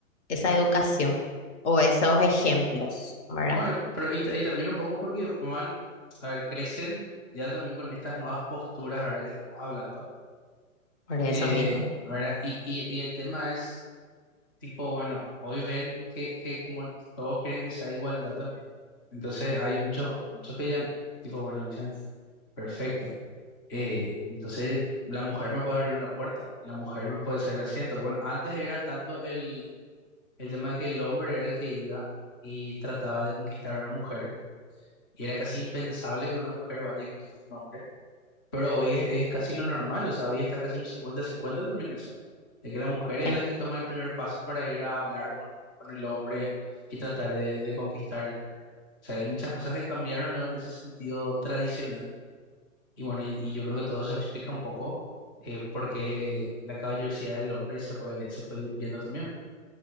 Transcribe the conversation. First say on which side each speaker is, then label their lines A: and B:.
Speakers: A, on the left; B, on the left.
A: esa educación o esos ejemplos, ¿verdad?
B: bueno, pero y, ta- y también un poco porque van, a ver, crecen ya también con estas nuevas posturas, ¿verdad? Que estamos hablando.
A: Por eso
B: Eh,
A: mismo.
B: ¿verdad? Y, y, y el tema es tipo, bueno, hoy ven que, que como todos quieren que sea igualdad también. Entonces hay muchos, muchos que ya, tipo, bueno, dicen, perfecto. eh, entonces la mujer me puede abrir una puerta, la mujer me puede hacer el asiento. Bueno, antes era tanto el, el tema de que el hombre era el que iba y trataba de conquistar a una mujer, y era casi impensable que una mujer vaya y conquiste a un hombre. Pero hoy es, es casi lo normal, o sea, hoy está casi un cincuenta-cincuenta también eso, de que la mujer es
A: <laughs>
B: la
A: eh,
B: que toma el primer paso para ir a hablar con, con el hombre y tratar de, de conquistarle, ¿verdad? O sea, hay muchas cosas que cambiaron ¿no? en ese sentido tradicional y bueno, y, y yo creo que todo eso explica un poco eh, por qué la caballerosidad del hombre se fue, se fue diluyendo también.